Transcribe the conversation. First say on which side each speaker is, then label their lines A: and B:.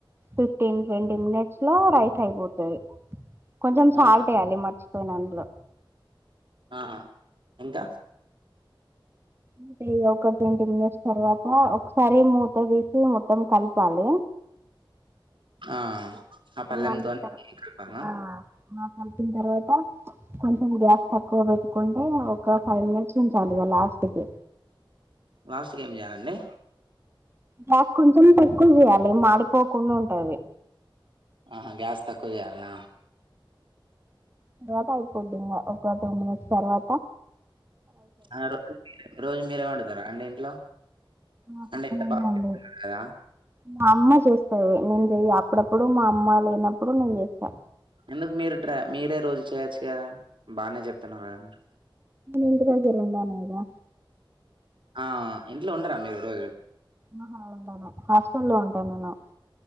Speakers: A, on the right; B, on the right.
A: ఫిఫ్టీన్ ట్వంటీ మినిట్స్ లో రైస్ అయిపోతుంది కొంచెం సాల్ట్
B: అవునా
A: వేయాలి మర్చి పెనంలో
B: ఆహ్ ఎంత.
A: అంటే ఒక ట్వంటీ మినిట్స్ తర్వాత ఒకసారి మూత తీసి మొత్తం కలపాలి.
B: ఆహ్ ఆ పల్లం
A: మళ్ళీ
B: తోని కలపాలాన.
A: ఆ కలిపిన తర్వాత కొంచెం గ్యాస్ తక్కువ పెట్టుకుంటే ఒక ఫైవ్ మినిట్స్ ఉంచాలి ఇంకా లాస్ట్ కి
B: లాస్ట్ కి ఏం చేయాలండి.
A: గ్యాస్ కొంచెం తక్కువ చేయాలి మాడిపోకుండా ఉంటది.
B: ఆహా గ్యాస్ తక్కువ చేయాల్నా.
A: గ్యాస్ అయిపోద్దీ ఇంకా ఒక టెన్ మినిట్స్. తర్వా
B: ఆ రోజు రోజు మీరే వండుతారా అండి ఇంట్లో
A: ఆహా
B: అంటే ఎంత
A: లేదండి
B: బాగా చెప్తున్నారు కదా
A: మా అమ్మ చేస్తాది నేను చెయ్య. అప్పుడప్పుడు మా అమ్మ లేనప్పుడు నేను చేస్తా.
B: ఎందుకు మీరు డ్రా మీరే రోజు చేయచ్చు కదా బానే చెప్తున్నారు కదా మీరు.
A: ఇంటిదగ్గర ఉంది అన్నావు కదా.
B: ఆహ్ ఇంట్లో ఉండారా మీరు రోజు.
A: ఆహా ఉండాను హాస్టల్ లో ఉంటా నేను.